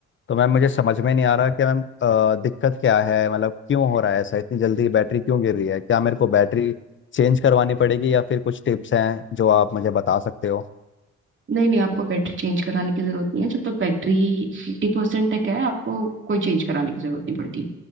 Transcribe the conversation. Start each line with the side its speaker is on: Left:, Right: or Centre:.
Left: तो मैम मुझे समझ में नहीं आ रहा कि मैम अ, दिक्कत क्या है मतलब क्यों हो रहा है ऐसा इतनी जल्दी बैटरी क्यों गिर रही है क्या मेरे को बैटरी चेंज करवानी पड़ेगी या फिर कुछ टिप्स हैं जो आप मुझे बता सकते हो
Right: नहीं नहीं आपको बैटरी चेंज कराने की जरूरत नहीं है जब तक बैटरी 50% परसेंट तक है आपको कोई चेंज कराने की जरूरत नहीं पड़ती